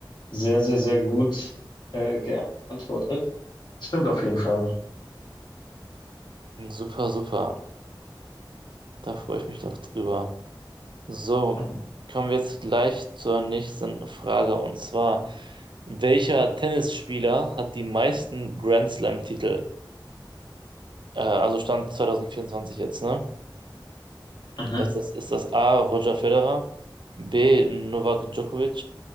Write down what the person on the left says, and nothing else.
sehr, sehr, sehr gut äh, geantwortet. Stimmt auf jeden Fall.
Mhm.
Mhm.